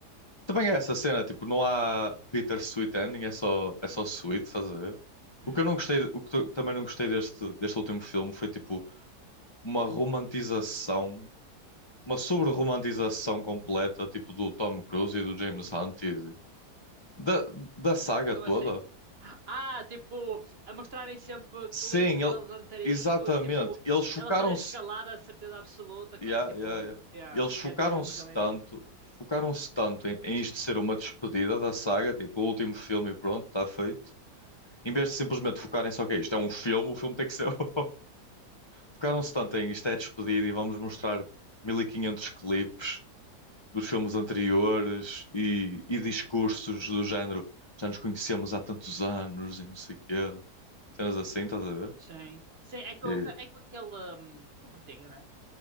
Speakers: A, on the left (about 35°); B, on the right (about 40°).
A: também é essa cena, tipo, não há bittersweet ending, é só, é só sweet, estás a ver?
B: Hum,
A: O que eu não gostei, o que eu também não gostei deste, deste último filme foi, tipo, uma romantização uma sobre-romantização completa, tipo do Tom Cruise e do James Hunt e de- da, da saga
B: como
A: toda.
B: assim? Ah, tipo, a mostrarem sempre
A: Sim,
B: clipes
A: ele-
B: deles antigos,
A: exatamente.
B: tipo,
A: Eles chocaram-se.
B: ela fazer escalada de certeza absoluta, que
A: Yeah,
B: era tipo,
A: yeah, yeah.
B: yeah,
A: Eles chocaram-se
B: porque é dos filmes ela
A: tanto,
B: entra.
A: chocaram-se
B: Ah,
A: tanto em, em isto ser uma despedida da saga, tipo o último filme e pronto, está feito. Em vez de simplesmente focarem só que é isto, é um filme, o filme tem que ser. <laughs> Focaram-se tanto em isto é despedida e vamos mostrar 1500 clipes dos filmes anteriores e, e discursos do género já nos conhecemos há tantos anos e não sei o quê. Cenas assim, estás a ver?
B: sim, sim, é com,
A: E,
B: é com aquele um, com o Bertinho, né?